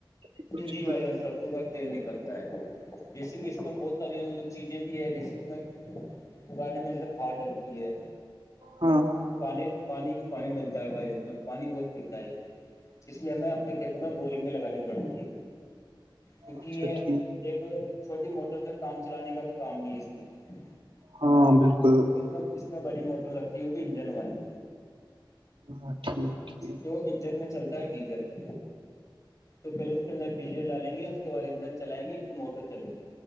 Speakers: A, on the right; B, on the left.
A: کچھ
B: جی بھائی جان سرسوں کا تیل نکلتا ہے جیسے کہ اس میں بہت ساری چیزیں بھی ہے جیسے اس میں اگانے میں جسے کواد ڈلتی ہے
A: ہاں
B: پانی پانی کی پانی ڈلتا ہے ب میں پانی بہت پیتا ہے یہ اس لیے ہمیں اپنے کھیتوں میں بورنگ بھی لگانی پڑتی ہے کیونکہ
A: اچھا
B: یہ
A: ٹھیک
B: ایک چھوٹی موٹر سے کام چلانے کا تو کام نہیں ہے اس میں
A: ہاں بالکل
B: اس میں اس میں بڑی موٹر لگتی ہے وہ بھی انجن والی
A: ہاں ٹھیک ٹھیک
B: جو انجن میں چلتا ہے ڈیزل <unintelligible> تو پہل اس کے اندر ڈیزل ڈالیں گے اس کے بد انجن چلائیں گے پھر موٹر چلیں گی